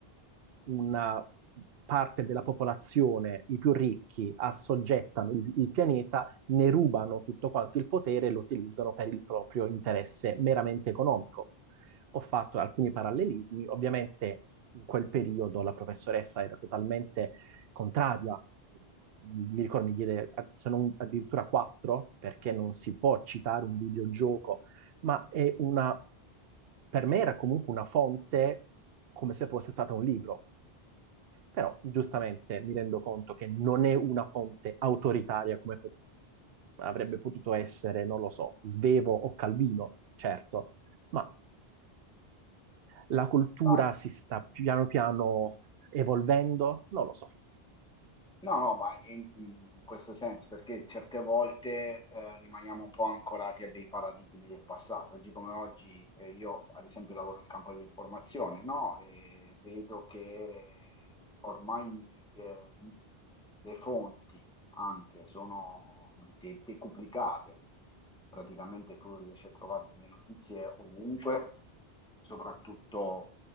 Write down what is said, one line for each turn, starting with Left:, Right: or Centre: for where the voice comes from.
Right: una parte della popolazione, i più ricchi, assoggettano il, il pianeta, ne rubano tutto quanto il potere e lo utilizzano per il proprio interesse meramente economico. Ho fatto alcuni parallelismi, ovviamente in quel periodo la professoressa era totalmente contraria mi ricordo mi diede eh, se non addirittura 4 perché non si può citare un videogioco ma è una, per me era comunque una fonte come se fosse stata un libro. Però giustamente mi rendo conto che non è una fonte autoritaria come pot- avrebbe potuto essere, non lo so, Svevo o Calvino, certo, ma la cultura
Centre: Sai,
Right: si sta piano piano evolvendo? Non lo so.
Centre: No, no, ma in, in questo senso, perché certe volte eh, rimaniamo un po' ancorati a dei paradigmi del passato. Oggi come oggi, eh, io ad esempio lavoro nel campo dell'informazione, no? E vedo che ormai eh, le fonti anche sono de- decuplicate. Praticamente tu riesci a trovare delle notizie ovunque, soprattutto